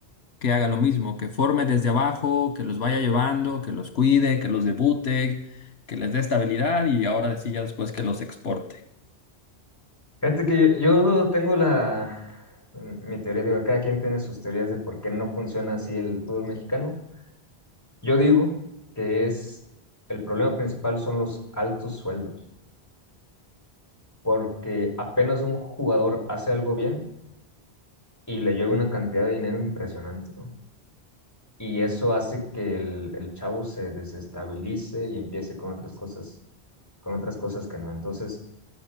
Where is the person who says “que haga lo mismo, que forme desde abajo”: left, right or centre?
Left